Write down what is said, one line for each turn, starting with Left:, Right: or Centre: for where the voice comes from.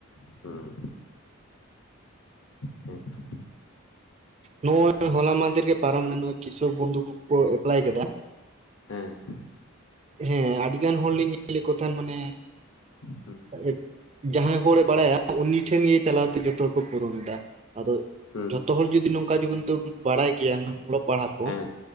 Left: <unintelligible> ᱦᱩᱸ᱾ ᱦᱮᱸ ᱛᱚ
Right: ᱱᱚᱜ-ᱚᱭ ᱦᱚᱞᱟ ᱢᱟᱫᱷᱮᱨ ᱜᱮ ᱯᱟᱨᱚᱢᱱᱟ ᱱᱚᱜ-ᱚᱭ ᱠᱤᱥᱚᱠ ᱵᱚᱱᱫᱷᱩ ᱠᱚ ᱠᱚ ᱮᱯᱞᱟᱭ ᱠᱮᱫᱟ᱾
Left: ᱦᱮᱸ ᱦᱮᱸ᱾
Right: ᱦᱮᱸ ᱟᱹᱰᱤ ᱜᱟᱱ ᱦᱚᱲ ᱞᱤᱧ ᱧᱮᱞᱮᱫ ᱠᱚ ᱛᱟᱦᱮᱱ ᱢᱟᱱᱮ
Left: ᱦᱩᱸ
Right: ᱮ- ᱡᱟᱦᱟᱸᱭ ᱦᱚᱲᱮ ᱵᱟᱲᱟᱭᱟ ᱩᱱᱤ ᱴᱷᱮᱱ ᱜᱮ ᱪᱟᱞᱟᱣ ᱛᱮ ᱡᱚᱛᱚ ᱦᱚᱲ ᱠᱚ ᱯᱩᱨᱩᱱ ᱮᱫᱟ ᱟᱫᱚ-
Left: ᱦᱩᱸ
Right: ᱡᱚᱛᱚ ᱦᱚᱲ ᱡᱩᱫᱤ ᱱᱚᱝᱠᱟ ᱡᱮ ᱠᱤᱱᱛᱩ ᱵᱚᱱ ᱵᱟᱲᱟᱭ ᱜᱤᱭᱟ ᱦᱩᱱᱟᱹᱝ ᱚᱞᱚᱜ ᱯᱟᱲᱦᱟᱜ ᱠᱚ
Left: ᱦᱮᱸ